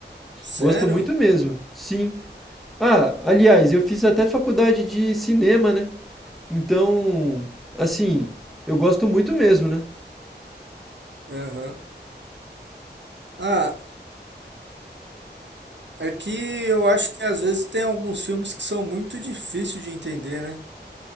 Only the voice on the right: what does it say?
Sério?
Aham. Ah, é que eu acho que às vezes tem alguns filmes que são muito difíceis de entender, né?